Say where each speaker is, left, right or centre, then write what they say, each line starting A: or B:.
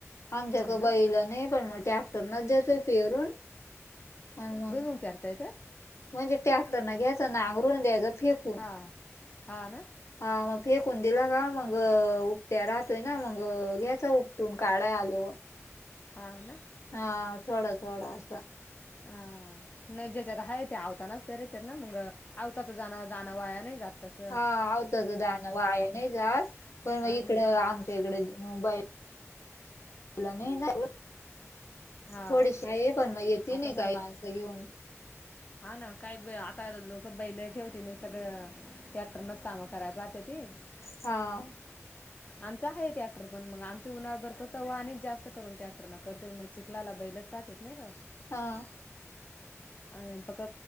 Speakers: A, on the left; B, on the left.
A: आमच्याक
B: हां ना
A: बाईलं नाही पण मग टॅक्टर नच देतोय पेरून आणि मग
B: कारतायेत.
A: म्हणजे टॅक्टर न घ्यायं ना आंगरून द्यायं फेक.
B: हां हां हां ना.
A: हा मग फेकून दिला का मग त्या राहतोय ना मग घ्याचा उठटून काढ्या आले व
B: ह ना
A: हा थोडा थोडा असं.
B: ह नाही जे जगा आहे ते आवतानाच तरर येतेत ना मग आवताच जाण जाणं वाया नाही जातच.
A: हा आवताच दण वाया नाही जाात पण
B: हां
A: मग इकडं
B: ना
A: आम कडेबाईलला नाही ना.
B: हां
A: थोडीशी आहे पण मग येेत
B: आता
A: नाही
B: सर
A: काय माणसं घेऊन.
B: हा ना काही आता लोक बैल ठेवती नाही सगळं. त्याटरनच कामं करायला पाहते ती
A: हा
B: आमचा आहे टॅक्टर पण मग आमचे उन्हाळ भरपर तव अक जास्त करून टॅक्टर करतोय मग. चिखलाला बैलच राहतेत नाही ग.
A: हा
B: <inaudible> अ पक्